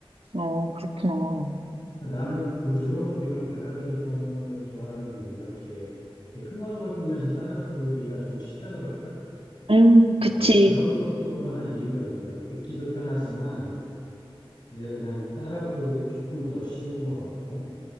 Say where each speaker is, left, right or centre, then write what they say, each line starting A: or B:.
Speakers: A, on the right; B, on the left.
A: 어, 그렇구나.
B: 나는 그 조용하고 이런 발라드 계통을 좋아하는 이유가 이렇게, 이렇게 흥얼거리면서 따라 부르기가 좀 쉽다 그럴까?
A: 음,
B: 뭐
A: 그치.
B: 그런 것도 하나 이유가 있는 것 같아. 듣기도 편하지만 내가 그냥 따라 부르기도 조금 더 쉬운 것 같고,